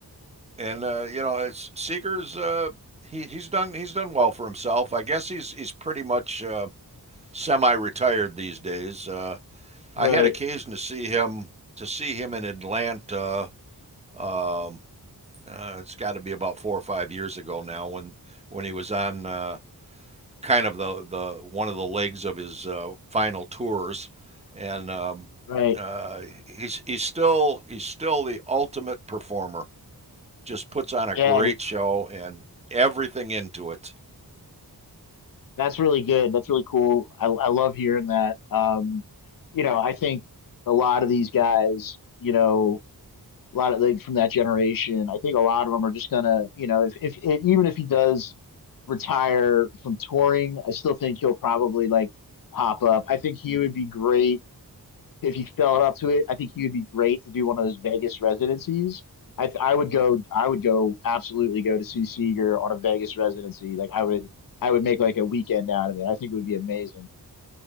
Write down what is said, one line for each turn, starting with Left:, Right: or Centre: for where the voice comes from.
Right: and uh, you know it's Seeger's uh, he he's done he's done well for himself I guess he's he's pretty much uh, semi-retired these days Uh, I
Left: right
Right: had occasion to see him to see him in Atlanta um, uh, it's got to be about four or five years ago now when when he was on Uh, kind of the the one of the legs of his uh, final tours, and um,
Left: right
Right: uh, he's he's still he's still the ultimate performer. Just puts on a
Left: yeah
Right: great show and everything into it.
Left: That's really good. That's really cool. I, I love hearing that. Um, you know, I think a lot of these guys, you know, a lot of like from that generation, I think a lot of them are just gonna, you know, if if it, even if he does retire from touring, I still think he'll probably like pop up. I think he would be great if he felt up to it, I think he would be great to do one of those Vegas residencies. I I would go I would go absolutely go to see Seager on a Vegas residency. Like I would I would make like a weekend out of it. I think it would be amazing.